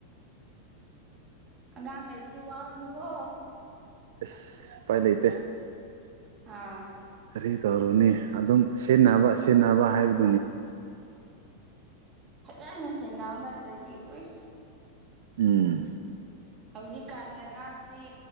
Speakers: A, on the right; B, on the right.
A: ꯑꯉꯥꯡ ꯂꯩꯕꯗꯤ ꯋꯥꯕꯅꯤꯀꯣ
B: ꯑꯁ ꯎꯄꯥꯏ ꯂꯩꯇꯦ
A: ꯑꯥ
B: ꯀꯔꯤ ꯇꯧꯔꯨꯅꯤ ꯑꯗꯨꯝ ꯁꯤꯟꯅꯕ ꯁꯤꯟꯅꯕ ꯍꯥꯏꯕ
A: ꯎꯝ꫰ꯐꯥꯖꯅ ꯁꯦꯟꯅꯧ ꯅꯠꯇ꯭ꯔꯥꯗꯤ ꯎꯁ
B: ꯑꯝ
A: ꯍꯧꯖꯤꯛꯀꯥꯟꯒꯤ ꯑꯉꯥꯡꯗꯤ